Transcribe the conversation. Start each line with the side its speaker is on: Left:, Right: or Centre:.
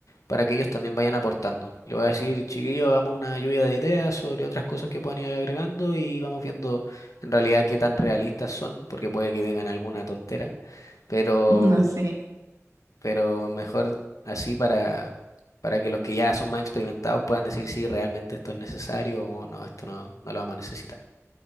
Left: para que ellos también vayan aportando. Le voy a decir, chiquillos, hagamos una lluvia de ideas sobre otras cosas que puedan ir agregando y vamos viendo en realidad qué tan realistas son, porque puede que vengan alguna tontera, pero,
Right: <laughs> No sé.
Left: pero mejor así para, para que los que ya son más experimentados puedan decir si realmente esto es necesario o no, esto no, no lo vamos a necesitar.